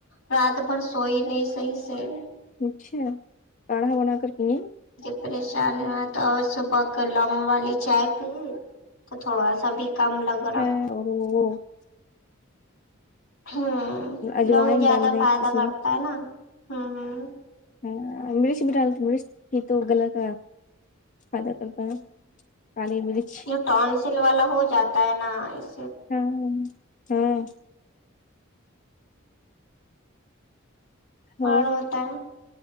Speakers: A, on the left; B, on the left.
A: رات بھر سوئی نہیں صحیح سے
B: اچھا کاڑھا بنا کر پئیں
A: پریشان ہو تو آؤ صبح کا لونگ والی چائے پی تھوڑا سا بھی کم لگ
B: <unintelligible>
A: رہا ہوں
B: اجوائن
A: لونگ زیادہ
B: ڈال دیں
A: فائدہ
B: اس
A: کرتا
B: میں
A: ہے نا ہمم
B: ہاں مرچ بھی ڈال تو مرچ ہی تو غلط آ فائدہ کرتا ہے کالی مرچ
A: ٹون سل والا ہو جاتا ہے نا اس
B: ہاں ہاں اور
A: ہوتا ہے